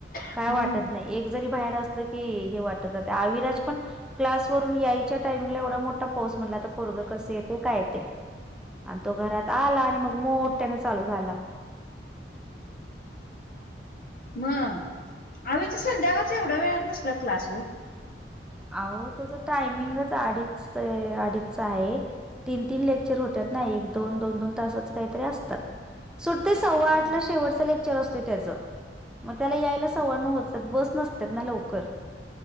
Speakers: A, in the centre; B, on the left.
A: काय
B: हम्म.
A: वाटत नाही. एक जरी बाहेर असलं की हे वाटत जातंय. अविराज पण क्लासवरून यायच्या टायमिंग ला एवढा मोठा पाऊस म्हणला आता पोरग कसे येते काय ते आणि तो घरात आला आणि मग मोठ्याने चालू झाला.
B: मग, आवच संध्याकाळच एवढ्या वेळ आणि कसला क्लास हो.
A: अहो, त्याच टायमिंगच अडीच-अडीचच आहे. तीन-तीन लेक्चर होत्यात ना एक-दोन-दोन-दोन तासच काहीतरी असतात. सुट ते सव्वा
B: हम्म.
A: आठ ला शेवटचा ले खेळ असतो त्याच, मग त्याला यायला सव्वानव वाजत्यात बस नसत्यात लवकर.